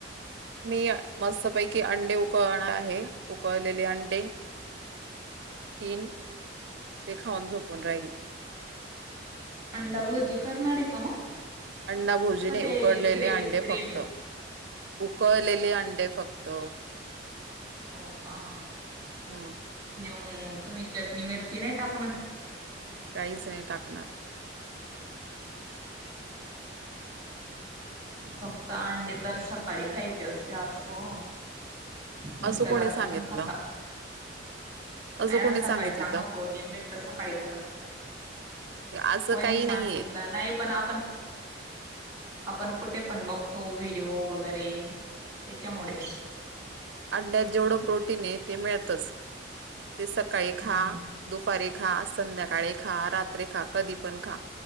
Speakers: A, on the right; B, on the right.
A: मी मस्तपैकी अंडे उकळणार आहे उकळलेले अंडे तीन ते खाऊन झोपून राहील.
B: अंडा बूर्जी करणारे का मग?
A: अंडा भुर्जी
B: का
A: नाही
B: ते
A: उकडलेले
B: ग्रेवी
A: अंडे
B: ग्रेवी
A: फक्त. उकळलेले अंडे फक्त.
B: हो का?
A: हम्म.
B: हम्म तुम्ही चटणी मिरची नाही टाकणार.
A: काहीच नाही टाकणार.
B: फक्त अंडे तर सकाळी खायचे असते अस ओ. तुम्ही
A: असं
B: तर
A: कोणी
B: रात्री
A: सांगितलं
B: पण खाता. नाही
A: असं कोणी
B: सकाळी
A: सांगितलं
B: चांगलं प्रोटीन भेटत, सकाळी खाल्लं का?
A: असं
B: कोणी
A: काही
B: सांगितलं
A: नाहीये
B: नाही पण आपण पण कुठे पण बघतो व्हिडिओ वगैरे त्याच्यामुळे.
A: अंड्ड्यात जेवढं प्रोटीने ते मिळतच ते सकाळी खा
B: हम्म.
A: दुपारी खा संध्याकाळी खा, रात्री खा, कधी पण खा.